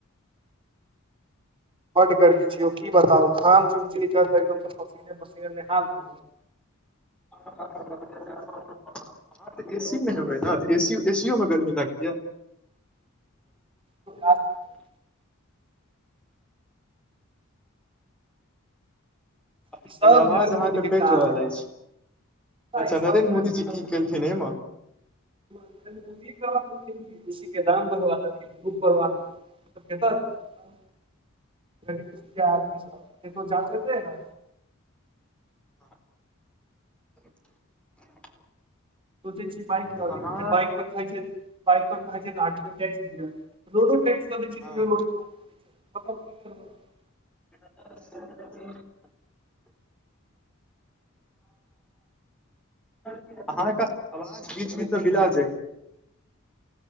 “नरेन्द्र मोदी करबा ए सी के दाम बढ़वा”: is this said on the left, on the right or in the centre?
Right